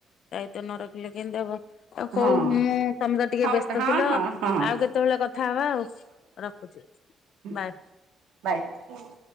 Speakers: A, on the left (about 70°); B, on the right (about 80°).
A: ତ ନ ରଖିଲେ କେମିତି ହବ। ଆଉ ହଉ
B: ହଁ
A: ମୁଁ ତମେ ତ ଟିକେ
B: ହଉ
A: ବ୍ୟସ୍ତ
B: ହଁ
A: ଥିଲ
B: ହଁ ହଁ
A: ଆଉ କେତେବେଳେ କଥା ହବା ଆଉ ରଖୁଛି।
B: ହୁଁ
A: ବାଏ।
B: ବାଏ।